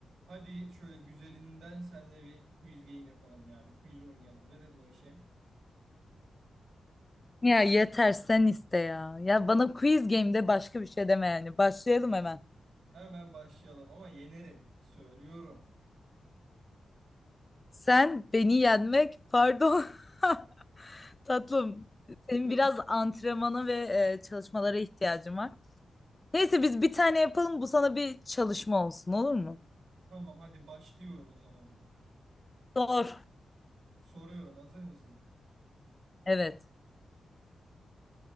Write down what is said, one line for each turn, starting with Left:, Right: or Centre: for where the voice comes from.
Right: Hadi şöyle güzelinden senle bir quiz game yapalım ya. Bir quiz oynayalım. Ne dedin o işe?
Left: Ya yeter sen iste ya. Ya bana quiz game'de başka bir şey deme yani. Başlayalım hemen.
Right: Hemen başlayalım ama yenerim. Söylüyorum.
Left: Sen beni yenmek, pardon <laughs> tatlım. Senin biraz antrenmana ve e, çalışmalara ihtiyacın var. Neyse biz bir tane yapalım. Bu sana bir çalışma olsun olur mu?
Right: Tamam hadi başlıyorum o zaman ben.
Left: Doğru.
Right: Soruyorum. Hazır mısın?
Left: Evet.